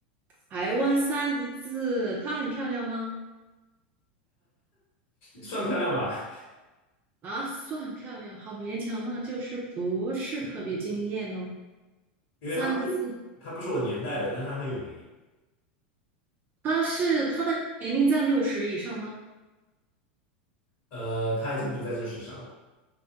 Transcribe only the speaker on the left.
算漂亮吧，
因为它不是它不是我年代的，
但它很有名。
呃，他已经不在这世上了，